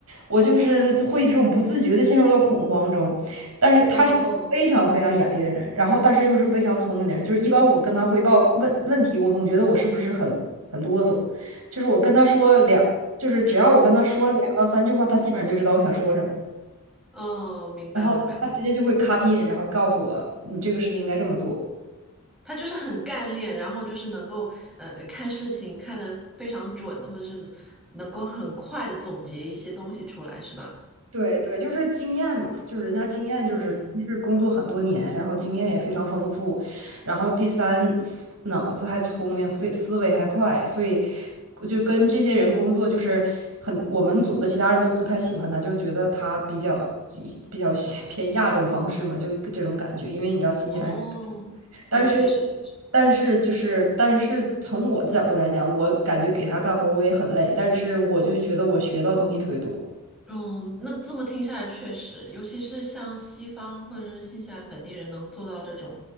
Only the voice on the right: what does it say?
我就是会这种不自觉的陷入到恐慌中。但是他是一个非常非常严厉的人，
然后但是又是非常聪明的人，就是一般我跟他汇报问问题，我总觉得我是不是很很啰嗦，就是我跟他说两，就是只要我跟他说两到三句话，他基本上就知道我想说什么，
然后他直接就会 cut
in，然后告诉我你这个事情应该这么做。
对对，就是经验嘛，就是人家经验就是一是工作很多年，
然后经验也非常丰富，然后第三思脑子还聪明，非思维还快，所以就跟这些人工作就是很，我们组的其他人都不太喜欢他，就觉得他比较比较 <laughs> 偏亚洲方式嘛，就这种感觉，因为你知道新西兰人，
但是
但是就是但是从我的角度来讲，我感觉给他干活我也很累，但是我就觉得我学到东西特别多，